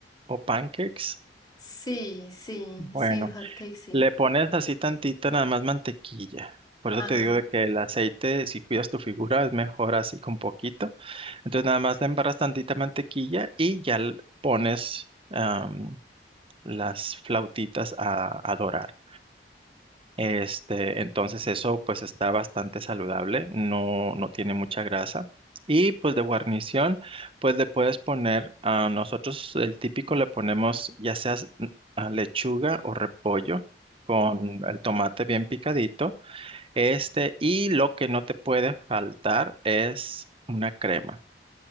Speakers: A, on the right; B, on the left.
A: o pancakes.
B: Sí, sí,
A: Bueno,
B: sí, hot cake, sí.
A: le pones así tantita nada más mantequilla. Por eso te
B: Ajá.
A: digo de que el aceite, si cuidas tu figura, es mejor así con poquito. Entonces nada más le embarras tantita mantequilla y ya l- pones am, las flautitas a, a dorar. Este, entonces eso pues está bastante saludable, no, no tiene mucha grasa. Y pues de guarnición, pues le puedes poner, a nosotros el típico le ponemos ya sea lechuga o repollo con el tomate bien picadito. Este, y lo que no te puede faltar es una crema